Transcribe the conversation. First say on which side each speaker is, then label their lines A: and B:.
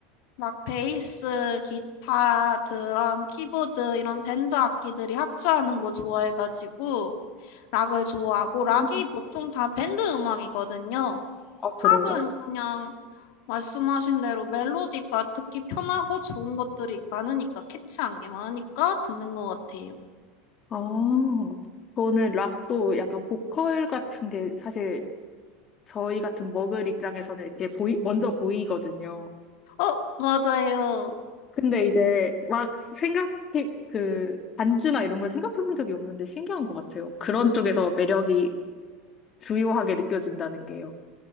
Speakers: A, on the left; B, on the left.
A: 막 베이스, 기타, 드럼, 키보드 이런 밴드 악기들이 합주하는 거 좋아해가지고 락을 좋아하고 락이
B: 음.
A: 보통 다 밴드 음악이거든요.
B: 아,
A: 팝은
B: 그래요?
A: 그냥 말씀하신 대로 멜로디가 듣기 편하고 좋은 것들이 많으니까 캐치한 게 많으니까 듣는 것 같아요.
B: 아, 저는 락도 약간 보컬 같은 게 사실 저희 같은 먹을 입장에서는 이렇게 보이, 먼저 보이거든요.
A: 어, 맞아요.
B: 근데 이제 막 생각해, 그, 반주나 이런 걸 생각해 본 적이 없는데 신기한 것 같아요. 그런 쪽에서 매력이 주요하게 느껴진다는 게요.